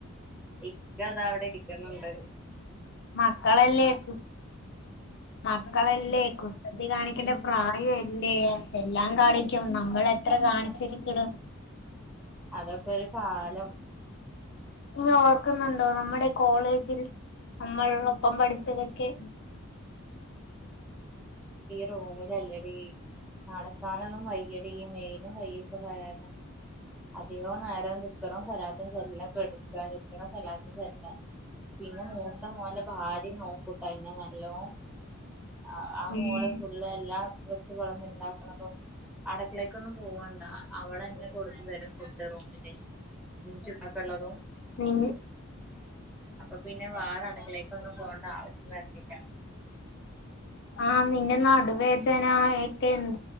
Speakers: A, in the centre; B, on the left.
A: ഇക്ക അതാവിടെ ഇരിക്കണണ്ട്.
B: മക്കളല്ലേക്ക് മക്കളല്ലേക്കു തി കാണിക്കണ്ട പ്രായല്ലേ എല്ലാം കാണിക്കും നമ്മളെത്ര കാണിച്ചിരിക്കണ്. <inaudible>
A: അതൊക്കെ ഒരു കാലം.
B: നീ ഓർക്കുന്നുണ്ടോ നമ്മടെ കോളേജിൽ നമ്മള്ളൊപ്പം പഠിച്ചതൊക്കെ?
A: റൂമിലല്ലടീ നടക്കാനൊന്നും വയ്യടീ മേലും കൈയൊക്കെ വേദന് അധികോ നേരം ദിക്കറും സ്വലാത്തും ചൊല്ലി കെടുക്കാ ദിക്കറും സ്വലാ ജ റില പിന്നെ മൂത്ത മോൻ്റെ ഭാര്യ നോക്കൂട്ട ഇന്നെ നല്ലോം. ആ ആ
B: ഉം
A: മോള് ഫുള്ള് എല്ലാം വെച്ച് വെളമ്പി ഇണ്ടാക്കണതും അടക്കളേക്കൊന്നും പോവണ്ടാ അവളന്നെ കൊടുന്നു തരും ഫുഡ് റൂമിലേ ൻക്കും പ്പാക്കുള്ളതും.
B: നി
A: അപ്പൊ പിന്നെ വേറെ അടക്കളേക്കൊന്നും പോണ്ട ആവശ്യം വര്ന്നില്ല.
B: ആഹ നിന്റെ നടുവേദനായക്കെ എ